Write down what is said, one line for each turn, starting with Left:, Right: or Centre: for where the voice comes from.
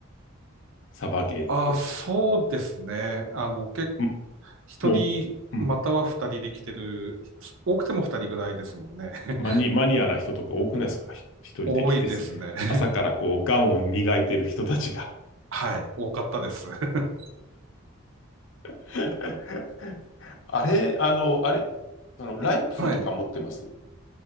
Left: サバゲーって。
Right: ああ、そうですね。あの、け、
Left: ん
Right: 一人、
Left: もう、うん。
Right: または二人で来てる、多くても二人ぐらいですもんね。<laughs>
Left: マニ、マニアな人とか多くないですかひ一人で来てす、
Right: 多いですね。
Left: 朝からこう、ガンを磨いてる人たちが。
Right: <laughs> はい。多かったです。<laughs>
Left: <laughs> あれ、あの、あれ、あの、ライフルとか持ってます
Right: はい。